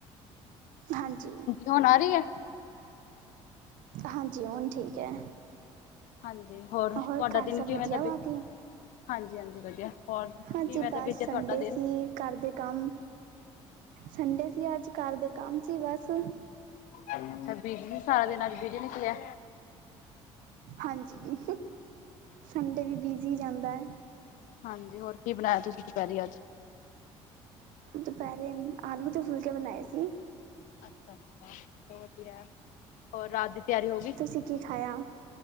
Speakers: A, on the right (about 70°); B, on the left (about 70°).
A: ਹਾਂਜੀ।
B: ਹੁਣ ਆ ਰਹੀ ਹੈ?
A: ਹਾਂਜੀ, ਹੈ ਹੁਣ ਠੀਕ ਐ।
B: ਹਾਂਜੀ, ਤੁਹਾਡਾ
A: ਹੋਰ ਘਰ
B: ਦਿਨ
A: ਸਭ
B: ਕਿਵੇਂ
A: ਵਧੀਆ
B: ਦਾ
A: ਬਾਕੀ?
B: ਬੀ ਹਾਂਜੀ-ਹਾਂਜੀ ਵਧੀਆ, ਹੋਰ ਕਿਵੇਂ
A: ਹਾਂਜੀ,
B: ਦਾ
A: ਬਸ
B: ਬੀਤਿਆ
A: ਸੰਡੇ
B: ਤੁਹਾਡਾ ਦਿਨ?
A: ਸੀ, ਘਰ ਦੇ ਕੰਮ, ਸੰਡੇ ਸੀ ਅੱਜ ਘਰ ਦੇ ਕੰਮ ਸੀ ਬਸ।
B: ਅੱਛਾ, ਬੀਜੀ ਸੀ ਸਾਰਾ ਦਿਨ, ਅੱਜ ਬੀਜੀ ਨਿਕਲਿਆ।
A: ਹਾਂਜੀ, ਸੰਡੇ ਵੀ ਬਿਜੀ ਜਾਂਦਾ ਐ।
B: ਹਾਂਜੀ, ਹੋਰ ਕੀ ਬਣਾਇਆ ਤੁਸੀਂ ਦੁਪਹਿਰੇ ਅੱਜ?
A: ਦੁਪਹਿਰੇ ਆਲੂ ਤੇ ਫੁਲਕੇ ਬਣਾਏ ਸੀ।
B: ਅੱਛਾ -ਅੱਛਾ ਚਲੋ ਵਧੀਆ। ਹੋਰ ਰਾਤ ਦੀ ਤਿਆਰੀ ਹੋ ਗਈ?
A: ਤੁਸੀਂ ਕੀ ਖਾਇਆ?